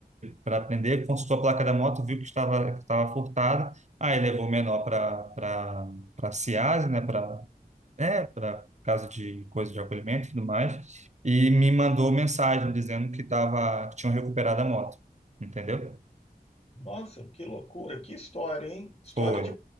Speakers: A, on the right; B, on the left.
A: para prender, consultou a placa da moto, viu que estava, que estava furtada, aí levou o menor para para CIAS, né, para é, para casa de coisa de acolhimento e tudo mais, e me mandou mensagem dizendo que tava, que tinham recuperado a moto, entendeu?
B: Nossa, que loucura, que história, hein? História
A: Foi.
B: de